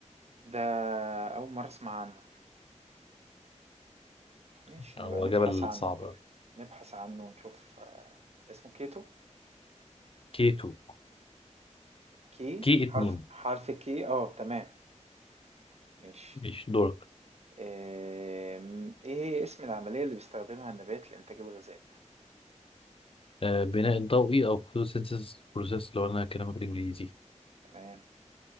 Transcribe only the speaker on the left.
هو
جبل
صعب
كي 2
كي 2
ماشي دورك
آه بناء الضوئي أو photosynthesis process لو أنا كلامك بالإنجليزي